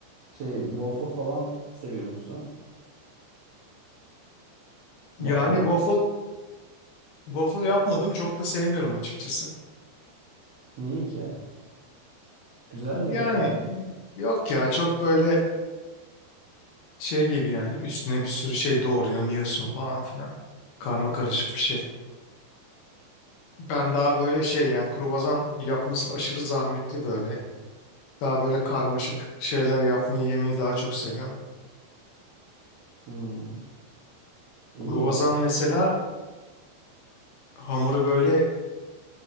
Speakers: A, on the right; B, on the left.
A: şey waffle falan seviyor musun?
B: Yani
A: Waffle.
B: waffle waffle yapmadım çok da sevmiyorum açıkçası.
A: Niye ki? Güzel ya
B: Yani
A: gayet.
B: yok ya çok böyle şey gibi yani üstüne bir sürü şey doğruyorsun yiyorsun falan filan. Karma karışık bir şey. Ben daha böyle şey yani kruvasan yapması aşırı zahmetli böyle. Daha böyle karmaşık şeyler yapmayı yemeyi daha çok seviyorum.
A: Hmm. İyi.
B: Kruvasan mesela hamuru böyle